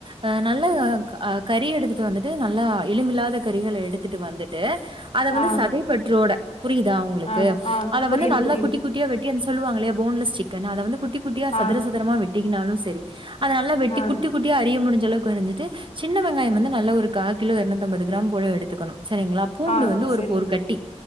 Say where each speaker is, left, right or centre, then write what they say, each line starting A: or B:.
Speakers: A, on the right (about 45°); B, on the left (about 60°).
A: அ நல்ல அ கறி எடுத்து வந்துட்டு நல்லா எலும்பில்லாத கறிகள எடுத்துட்டு வந்துட்டு அத வந்து
B: ஆ,
A: சதைப்பற்றோட புரியுதா உங்களுக்கு
B: ஆ, ஆ.
A: அத
B: புரியுது,
A: வந்து நல்லா
B: புரியுது.
A: குட்டி குட்டியா வெட்டி அந்த சொல்லுவாங்கல்லையா போன்லெஸ் சிக்கன் அத வந்து குட்டி குட்டியா சதுர
B: ஆ,
A: சதரமா வெட்டிக்கினாலு செரி அத நல்லா வெட்டி
B: ஆ,
A: குட்டி குட்டியா அறிய முடிஞ்ச அளவுக்கு அரிஞ்சிட்டு சின்ன வெங்காயம்
B: ம்.
A: வந்து நல்லா ஒரு கா கிலோ இருநூத்தம்பது கிராம் போல எடுத்துக்கணு சரிங்களா பூண்டு
B: ஆ,
A: வந்து ஒரு
B: சரி.
A: ஒரு கட்டி